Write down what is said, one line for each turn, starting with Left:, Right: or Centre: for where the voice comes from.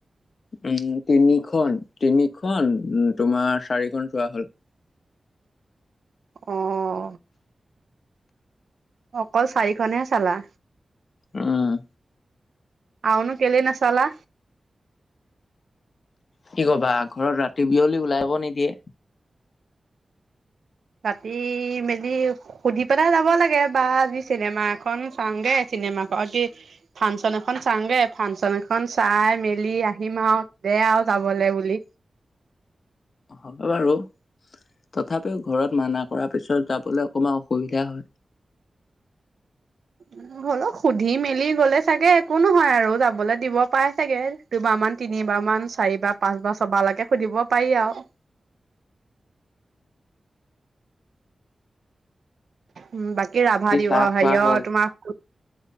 Left: উম তিনিখন তিনিখন উম তোমাৰ চাৰিখন চোৱা হ'ল।
Right: অ। অকল চাৰিখনেহে চালা
Left: উম।
Right: আৰু নো কেলে নাচালা
Left: কি কবা ঘৰত ৰাতি বিয়লি ওলাব নিদিয়ে
Right: ৰাতি মেলি সুধি পেলাই যাব লাগে বা আজি চিনেমা এখন চাওঁগে চিনেমা ফাংচন এখন চাওঁগে ফাংচন এখন চাই মেলি আহিম আৰু দে আৰু যাবলৈ বুলি,
Left: হব বাৰু তথাপিও ঘৰত মানা কৰাৰ পিছত যাবলৈ অকমান অসুবিধা হয়।
Right: উম হ'ল সুধি মেলি গলে চাগে একো নহয় আৰু যাবলে দিব পাই চাগে দুবাৰ মান তিনিবাৰ মান চাৰিবাৰ পাঁচবাৰ চবালৈকে সুধিব পাৰি আৰু উম বাকী ৰাভা দি
Left: চাহ
Right: অ
Left: খোৱা
Right: হেৰিয় অ
Left: হল
Right: তোমাৰ